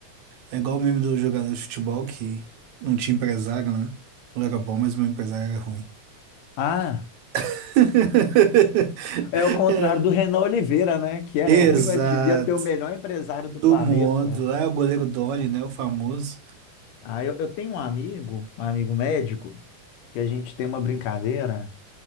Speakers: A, on the right (about 70°); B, on the left (about 80°).
A: É igual o meme do jogador de futebol que não tinha empresário, né? Ele era bom, mas meu empresário era ruim.
B: Ah,
A: <laughs>
B: é o contrário
A: É.
B: do Renan Oliveira, né? Que era
A: Exato.
B: ruim, mas devia ter o melhor empresário
A: Do
B: do planeta.
A: mundo. É o goleiro Doni, né? O famoso.
B: Ah, eu, eu tenho um amigo, um amigo médico, que a gente tem uma brincadeira.